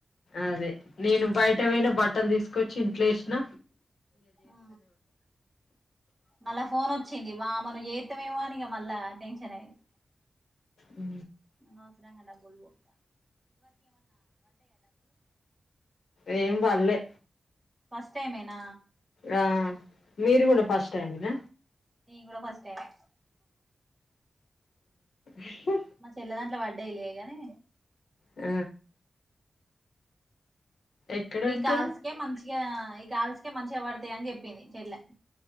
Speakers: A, on the left; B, on the right.
A: అదే నేను బయట పోయిన బట్టలు తీసుకొచ్చి ఇంట్లో ఏసిన
B: ఆ మళ్ళా ఫోన్ వచ్చింది వా <unintelligible> జీతమేమో అనిక మళ్ళా టెన్షన్ అయింది
A: ఉ
B: అనవసరంగా డబ్బులు బొక్క
A: ఏం పడ్లే
B: ఫస్ట్ టైమ్ ఎన
A: ఆ మీరు కూడ ఫస్టైమేన
B: నేను కూడ ఫస్ట్ టైమే
A: హు
B: మా చెల్లెదాంట్లో పడ్డాయలే గాని
A: ఉ ఎక్కడ
B: ఈ
A: ఉంటారు
B: కాల్స్కే మంచిగ ఈ కాల్స్కే మంచిగ పడతాయని చెప్పింది చెల్లె